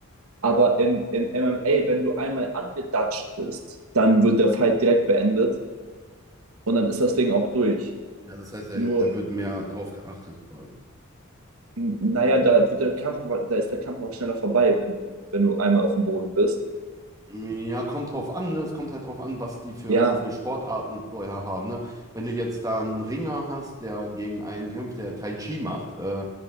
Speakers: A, on the right (about 80°); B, on the right (about 15°).
A: Aber in, in MMA, wenn du einmal angedatscht bist, dann wird der Fight direkt beendet und dann ist das Ding auch durch.
B: Ja, das heißt, da,
A: Nur
B: da wird mehr drauf geachtet quasi.
A: N- Naja, da wird der Kampf aber, da ist der Kampf auch schneller vorbei, wenn du, wenn du einmal auf dem Boden bist.
B: Ja, kommt drauf an, ne? Es kommt halt drauf an, was die für,
A: Ja,
B: für Sportarten vorher haben, ne? Wenn du jetzt da einen Ringer hast, der gegen einen kämpft, der Tai Chi macht, äh,